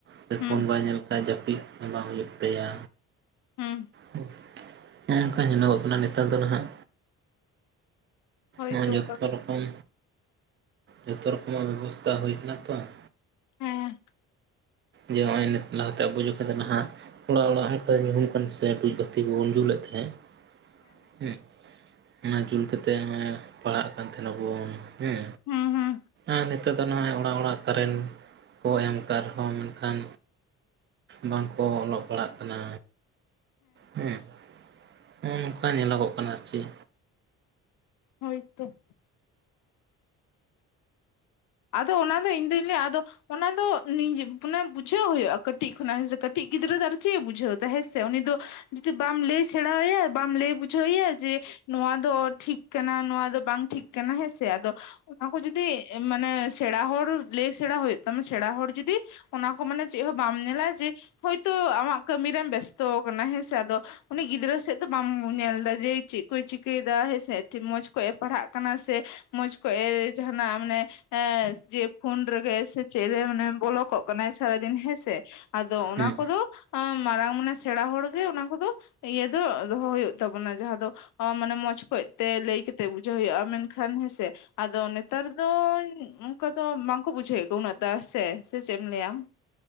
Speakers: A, on the right; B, on the left.
A: ᱦᱮᱸ
B: ᱦᱩᱸ
A: ᱯᱷᱳᱱ ᱵᱟᱭ ᱧᱮᱞ ᱠᱷᱟᱡ ᱡᱟᱹᱯᱤᱫ ᱦᱚᱸ ᱵᱟᱝ ᱦᱩᱭᱩᱜ ᱛᱟᱭᱟ᱾
B: ᱦᱩᱸ
A: ᱦᱚᱸᱜ-ᱚ ᱱᱚᱱᱠᱟ ᱧᱮᱞᱚᱜᱚᱜ ᱠᱟᱱᱟ ᱱᱮᱛᱟᱨ ᱫᱚ ᱱᱟᱦᱟᱜ,
B: ᱦᱳᱭᱛᱚ
A: ᱦᱚᱸ
B: ᱚᱱᱠᱟ
A: ᱡᱚᱛᱚ
B: ᱜᱮ
A: ᱨᱚᱠᱚᱢ, ᱡᱚᱛᱚ ᱨᱚᱠᱚᱢᱟᱜ ᱵᱮᱵᱚᱥᱛᱷᱟ ᱦᱩᱭ ᱠᱟᱱᱟ ᱛᱚ ᱦᱮᱸ᱾
B: ᱦᱮᱸ
A: ᱡᱮ ᱦᱚᱜᱼᱚᱭ ᱱᱮ ᱞᱟᱦᱟᱛᱮ ᱟᱵᱚ ᱡᱚᱠᱷᱟᱡ ᱫᱚ ᱱᱟᱦᱟᱜ ᱚᱲᱟᱜ ᱚᱲᱟᱜ ᱚᱱᱠᱟ ᱧᱩᱦᱩᱢ ᱠᱟᱱ ᱥᱮ ᱰᱩᱡᱽ ᱵᱟᱹᱛᱤ ᱠᱚᱵᱚᱱ ᱡᱩᱞᱮᱫ ᱛᱟᱦᱮᱸᱫ ᱦᱮᱸ᱾ ᱚᱱᱟ ᱡᱩᱞ ᱠᱟᱛᱮ, ᱛᱮ ᱦᱚᱸᱜᱚᱭ ᱯᱟᱲᱦᱟᱜ ᱠᱟᱱ ᱛᱟᱦᱮᱱᱟᱵᱚᱱ, ᱦᱮᱸ
B: ᱦᱩᱸ ᱦᱩᱸ
A: ᱟᱨ ᱱᱤᱛᱚᱜ ᱫᱚ ᱱᱚᱜ-ᱚᱭ ᱚᱲᱟᱜ ᱚᱲᱟᱜ ᱠᱟᱨᱮᱱᱴ ᱠᱚ ᱮᱢ ᱠᱟᱜ ᱨᱮᱦᱚᱸ ᱢᱮᱱᱠᱷᱟᱱ ᱵᱟᱝᱠᱚ ᱚᱞᱚᱜ ᱯᱟᱲᱦᱟᱜ ᱠᱟᱱᱟ᱾ ᱦᱮᱸ᱾ ᱱᱚᱜᱼᱚ ᱱᱚᱝᱠᱟ ᱧᱮᱞᱚᱜᱚᱜ ᱠᱟᱱᱟ ᱟᱨ ᱪᱮᱜ᱾
B: ᱦᱳᱭ ᱛᱚ᱾ ᱟᱫᱚ ᱚᱱᱟ ᱫᱚ ᱤᱧ ᱫᱚᱭ ᱞᱟᱹᱭᱟ ᱟᱫᱚ, ᱚᱱᱟ ᱫᱚ ᱱᱮᱡᱮ, ᱢᱟᱱᱮ ᱵᱩᱡᱷᱟᱹᱣ ᱦᱩᱭᱩᱜᱼᱟ᱾ ᱠᱟᱹᱴᱤᱡ ᱠᱷᱚᱱᱟᱜ ᱦᱮᱸ ᱥᱮ ᱠᱟᱹᱴᱤᱡ ᱜᱤᱫᱽᱨᱟᱹ ᱫᱚ ᱟᱨ ᱪᱮᱫ ᱮ ᱵᱩᱡᱷᱟᱹᱣ ᱫᱟ᱾ ᱦᱮᱸ ᱥᱮ ᱩᱱᱤ ᱫᱚ ᱡᱩᱫᱤ ᱵᱟᱢ ᱞᱟᱹᱭ ᱥᱮᱬᱟᱣᱟᱭᱟ ᱵᱟᱢ ᱞᱟᱹᱭ ᱵᱩᱡᱷᱟᱹᱣᱮᱭᱟ ᱡᱮ, ᱱᱚᱣᱟ ᱫᱚ ᱴᱷᱤᱠ ᱠᱟᱱᱟ ᱱᱚᱣᱟ ᱫᱚ ᱵᱟᱝ ᱴᱷᱤᱠ ᱠᱟᱱᱟ ᱦᱮᱸᱥᱮ ᱟᱫᱚ ᱚᱱᱟ ᱠᱚ ᱡᱚᱫᱤ, ᱢᱟᱱᱮ ᱥᱮᱬᱟ ᱦᱚᱲ ᱞᱟᱹᱭ ᱥᱮᱬᱟ ᱦᱩᱭᱩᱜ ᱛᱟᱢᱟ᱾ ᱥᱮᱬᱟ ᱦᱚᱲ ᱡᱩᱫᱤ ᱚᱱᱟ ᱠᱚ ᱢᱟᱱᱮ ᱪᱮᱜ ᱦᱚᱸ ᱵᱟᱢ ᱧᱮᱞᱟ ᱡᱮ ᱦᱳᱭ ᱛᱚ ᱟᱢᱟᱜ ᱠᱟᱹᱢᱤ ᱨᱮᱢ ᱵᱮᱥᱛᱚ ᱠᱟᱱᱟ ᱦᱮᱸᱥᱮ ᱟᱫᱚ ᱩᱱᱤ ᱜᱤᱫᱽᱨᱟᱹ ᱥᱮᱜ ᱫᱚ ᱵᱟᱢ ᱧᱮᱞ ᱫᱟ ᱡᱮ ᱪᱮᱫ ᱠᱚᱭ ᱪᱤᱠᱟᱹᱭ ᱫᱟ ᱦᱮᱴᱳᱭ ᱥᱮ ᱢᱚᱸᱡᱽ ᱚᱠᱚᱡ ᱮ ᱯᱟᱲᱦᱟᱜ ᱠᱟᱱᱟ ᱥᱮ ᱢᱚᱸᱡᱽ ᱠᱚᱡ ᱮ ᱡᱟᱦᱱᱟᱜ ᱢᱟᱱᱮ ᱦᱮᱸ ᱡᱮ ᱯᱷᱳᱱ ᱨᱮᱜᱮ ᱥᱮ ᱪᱮᱜ ᱨᱮ ᱚᱱᱮ ᱵᱚᱞᱚᱠᱚᱜ ᱠᱟᱱᱟᱭ ᱥᱟᱨᱟᱫᱤᱱ ᱦᱮᱸᱥᱮ, ᱟᱫᱚ ᱚᱱᱟ
A: ᱦᱮᱸ
B: ᱠᱚᱫᱚ ᱢᱟᱨᱟᱝ ᱢᱟᱱᱮ ᱥᱮᱬᱟ ᱦᱚᱲ ᱜᱮ ᱚᱱᱟ ᱠᱚᱫᱚ ᱤᱭᱟᱹ ᱫᱚ ᱫᱚᱦᱚ ᱦᱩᱭᱩᱜ ᱛᱟᱵᱚᱱᱟ ᱡᱟᱦᱟᱸ ᱫᱚ, ᱢᱟᱱᱮ ᱢᱚᱸᱡᱽ ᱚᱠᱚᱡ ᱛᱮ ᱞᱟᱹᱭ ᱠᱟᱛᱮᱜ ᱵᱩᱡᱷᱟᱹᱣ ᱦᱩᱭᱩᱜᱼᱟ᱾ ᱢᱮᱱᱠᱷᱟᱱ ᱦᱮᱸᱥᱮ ᱟᱫᱚ ᱱᱮᱛᱟᱨ ᱫᱚ ᱚᱱᱠᱟ ᱫᱚ ᱵᱟᱝᱠᱚ ᱵᱩᱡᱷᱟᱹᱣᱮᱜ ᱠᱚᱣᱟ ᱩᱱᱟᱹᱜ ᱫᱟ ᱥᱮ ᱥᱮᱪᱮᱫ ᱮᱢ ᱞᱟᱹᱭᱟ ᱟᱢ?